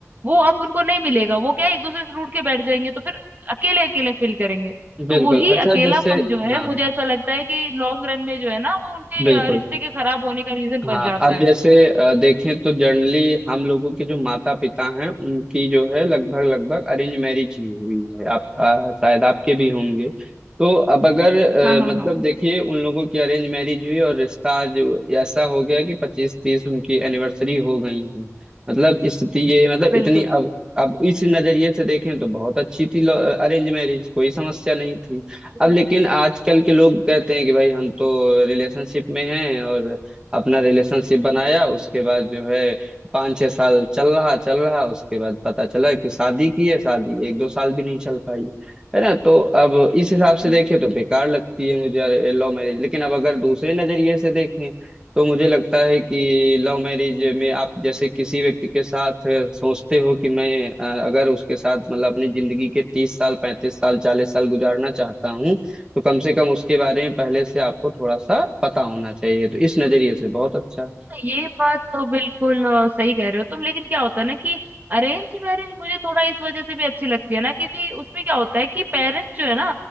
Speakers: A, on the right; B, on the right.
A: वो अब उनको नहीं मिलेगा वो क्या है, एक दूसरे से रूठ के बैठ जाएंगे तो फिर अकेले अकेले फील करेंगे तो
B: बिल्कुल
A: वही
B: अच्छा
A: अकेलापन
B: जैसे
A: जो है
B: हाँ
A: मुझे ऐसा लगता है कि लॉन्ग रन में जो है ना वो उनके
B: बिल्कुल
A: अ, रिश्ते के खराब होने का रीजन
B: हाँ
A: बन जाता
B: अब
A: है
B: जैसे अ, देखें तो जनरली हम लोगों के जो माता पिता हैं उनकी जो है लगभग लगभग अरेंज मैरिज ही हुई है आप अ, शायद आपके भी होंगे तो अब अगर अ,
A: हाँ हाँ
B: मतलब
A: हाँ
B: देखिए उन लोगों की अरेंज मैरिज हुई और रिश्ता आज ऐसा हो गया कि पच्चीस तीस उनकी एनिवर्सरी हो गई है मतलब स्थिति ये मतलब
A: बिल्कुल
B: इतनी अब अब इस नजरिए से देखें तो बहुत अच्छी थी अरेंज मैरिज कोई समस्या नहीं थी
A: हम्म,
B: अब लेकिन आजकल के लोग कहते हैं कि भाई हम तो रिलेशनशिप में हैं और अपना रिलेशनशिप बनाया उसके बाद जो है पाँच छह साल चल रहा चल रहा उसके बाद पता चला कि शादी की है शादी एक दो साल भी नहीं चल पाई है ना तो अब इस हिसाब से
A: हम्म,
B: देखें तो बेकार लगती है मुझे लव मैरिज लेकिन अब अगर दूसरे नजरिए से देखें तो मुझे लगता है कि लव मैरिज में आप जैसे किसी व्यक्ति के साथ सोचते हो कि मैं अ, अगर उसके साथ मतलब अपनी जिंदगी के तीस साल पैंतीस साल चालीस साल गुजारना चाहता हूँ तो कम से कम उसके बारे में पहले से आपको थोड़ा सा पता होना चाहिए तो इस नजरिए से बहुत अच्छा है
A: ये बात तो बिल्कुल अ, सही कह रहे हो तुम लेकिन क्या होता है ना कि अरेंज मैरिज मुझे थोड़ा इस वजह से भी अच्छी लगती है ना क्योंकि उसमें क्या होता है कि पेरेंट्स जो है ना